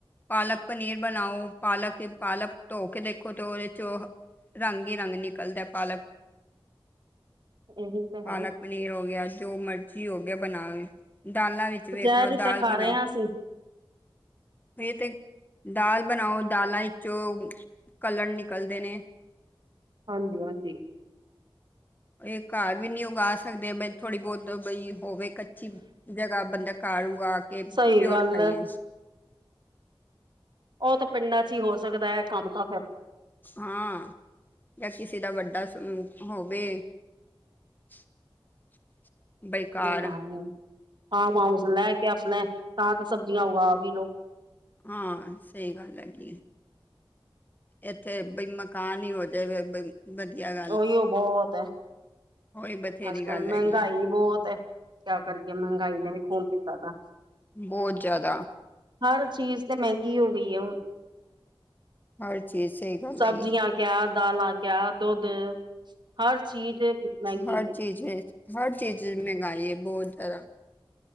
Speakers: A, on the left; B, on the right.
A: ਪਾਲਕ ਪਨੀਰ ਬਣਾਓ, ਪਾਲਕ- ਪਾਲਕ ਧੋ ਕੇ ਦੇਖੋ ਤੇ ਓਦੇ 'ਚ ਓ ਰੰਗ ਈ ਰੰਗ ਨਿਕਲਦਾ, ਪਾਲਕ
B: ਏਹੀ ਤੇ
A: ਪਾਲਕ
B: ਗੱਲ।
A: ਪਨੀਰ ਹੋ ਗਿਆ, ਜੋ ਮਰਜੀ ਹੋ ਗਿਆ ਬਣਾ ਦਾਲਾਂ ਵਿੱਚ ਵੇਖ
B: ਜ਼ਹਿਰ
A: ਲੋ, ਦਾਲ
B: ਹੀ ਤੇ ਖਾ
A: ਬਣਾ-
B: ਰਹੇ ਹਾਂ ਅਸੀਂ
A: ਏ ਤੇ ਦਾਲ ਬਣਾਓ, ਦਾਲਾਂ ਇਚੋਂ ਕਲਰ ਨਿਕਲਦੇ ਨੇ।
B: ਹਾਂਜੀ- ਹਾਂਜੀ।
A: ਏ ਘਰ ਵੀ ਨੀ ਉਗਾ ਸਕਦੇ, ਬਈ ਥੋੜੀ ਬੋਤ ਬਈ ਹੋਵੇ ਕਚੀ ਜਗਾਂ ਬੰਦਾ ਘਰ ਓਗਾ ਕੇ
B: ਸਹੀ
A: ਪਿਓਰ
B: ਗੱਲ
A: ਖਾਈਏ
B: ਹੈ ਓ ਤੇ ਪਿੰਡਾਂ 'ਚ ਈ ਹੋ ਸਕਦਾ ਐ, ਕੰਮ ਤਾਂ ਫੇਰ
A: ਹਾਂ- ਜਾਂ ਕਿਸੇ ਦਾ ਵੱਡਾ ਸੁ ਹੋਵੇ। <inaudible> ਬਈ ਘਰ
B: ਏ ਤਾਂ ਹੈ ਈ, ਫਾਰਮ ਹਾਊਸ ਲੈ ਕੇ ਆਪਣੇ ਤਾਂ ਤੇ ਸਬਜ਼ੀਆਂ ਉਗਾ ਵੀ ਲੋ
A: ਹਾਂ, ਸਹੀ ਗੱਲ ਹੈਗੀ ਏ। ਐਥੇ ਬਈ ਮਕਾਨ ਵੀ ਹੋ ਜਵੇ ਬ‌ਈ ਵਧੀਆਂ ਗ
B: ਓਈਓ ਬੋਹਤ ਐ।
A: ਉਹੀ ਬਥੇਰੀ
B: ਅੱਜ ਕੱਲ
A: ਗੱਲ
B: ਮੈਹਗਾਈ
A: ਹੈਗੀ
B: ਬੋਤ‌ ਐ, ਕਿਆ ਕਰੀਏ ਮੈਹਗਾਈ ਨੇ ਵੀ ਖੂਨ ਪੀਤਾ ਦਾ
A: ਬੋਹਤ ਜਾਅਦਾ
B: ਹਰ ਚੀਜ਼ ਤੇ ਮੈਗੀ ਹੋ ਗਈ ਏ ਹੁਣ।
A: ਹਰ ਚੀਜ਼, ਸਹੀ ਗੱਲ
B: ਸਬਜ਼ੀਆਂ
A: ਹੈਗੀ ਏਂ।
B: ਕਿਆ ਦਾਲਾਂ, ਕਿਆ ਦੁੱਧ- ਹਰ ਚੀਜ਼। ਮਹਿੰਗੀ
A: ਹਰ
B: ਹੈ
A: ਚੀਜ਼- ਹਰ ਚੀਜ਼ ਮੈਹਗਾਈ ਐ ਬੋਹਤ ਜਾਅਦਾ।